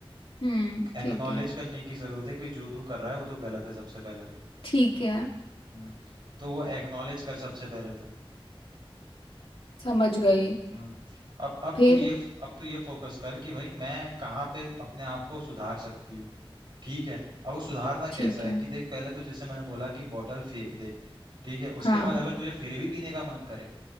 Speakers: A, on the left (about 70°); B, on the right (about 55°).
A: हम्म,
B: एक्नॉलेज
A: ठीक है
B: करने की जरूरत है कि जो तू कर रहा है वो तो गलत है सबसे पहले तो
A: ठीक है
B: हम्म तो वो एक्नॉलेज कर सबसे पहले तो
A: समझ गई
B: हम्म अब अब
A: फिर
B: तू ये अब तू ये फोकस कर कि भाई मैं कहाँ पे अपने आप को सुधार सकती हूँ ठीक है अब वो सुधारना कैसा
A: ठीक
B: है
A: है
B: कि देख पहले तो जैसे मैंने बोला कि बॉटल फेंक दे ठीक है उसके
A: हाँ
B: बाद अगर तुझे फिर भी पीने का मन करे